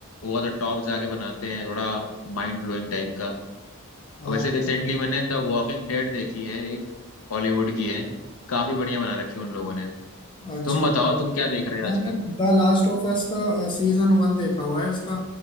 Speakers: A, on the left; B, on the left.
A: ओवर द टॉप जाके बनाते हैं थोड़ा माइंड ब्लोइंग टाइप का
B: हाँ
A: और वैसे रिसेंटली मैंने द वॉकिंग डेड देखी है एक हॉलीवुड की है काफी बढ़िया बना रखी है उन लोगों ने
B: अच्छा
A: तुम बताओ तुम क्या देख रहे हो
B: मैंने
A: आजकल
B: द लास्ट ऑफ अस का सीजन वन देखा हुआ है उसका